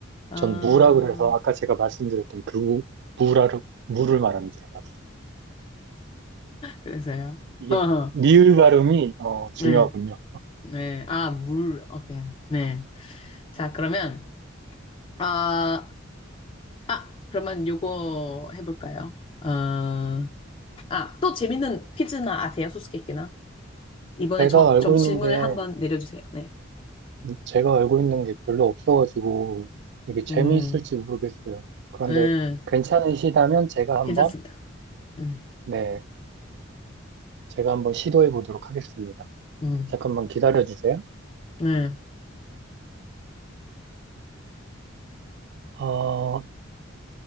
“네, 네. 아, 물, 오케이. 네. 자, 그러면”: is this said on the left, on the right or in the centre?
Left